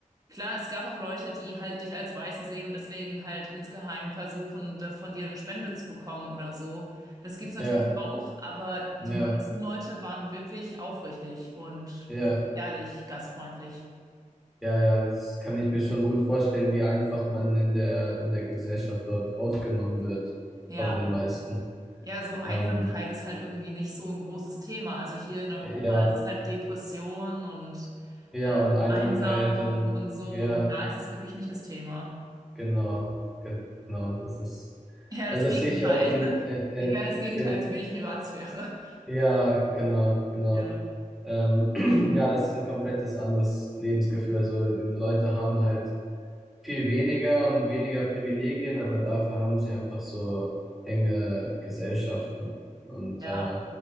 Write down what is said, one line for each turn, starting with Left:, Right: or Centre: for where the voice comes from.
Right: klar, es gab auch Leute, die halt dich als Weiße sehen und deswegen halt insgeheim versuchen, da von dir eine Spende zu bekommen oder so. Das gibt's natürlich
Centre: ja,
Right: auch, aber die
Centre: ja,
Right: meisten Leute waren wirklich aufrichtig und
Centre: ja,
Right: ehrlich gastfreundlich.
Centre: ja, ja, das kann ich mir schon gut vorstellen, wie einfach man in der, in der Gesellschaft dort aufgenommen wird
Right: Ja.
Centre: von den meisten.
Right: Ja, so Einsamkeit
Centre: Ähm,
Right: ist halt irgendwie nicht so ein großes Thema. Also hier in Europa
Centre: ja,
Right: ist es halt Depression und
Centre: ja,
Right: äh,
Centre: und Einsamkeit
Right: Einsamung
Centre: und
Right: und so.
Centre: ja,
Right: Und da ist es wirklich nicht das Thema.
Centre: genau, gen- genau, das ist,
Right: Eher
Centre: also
Right: das Gegenteil.
Centre: das sehe ich ja auch in,
Right: <laughs>
Centre: äh,
Right: Eher
Centre: äh,
Right: das Gegenteil,
Centre: ge-
Right: zu wenig Privatsphäre.
Centre: ja, genau, genau.
Right: Ja,
Centre: Ähm, <clears throat> ja, das ist ein komplettes anderes Lebensgefühl. Also die Leute haben halt viel weniger und weniger Privilegien, aber dafür haben sie einfach so enge Gesellschaft und, und
Right: ja.
Centre: äh,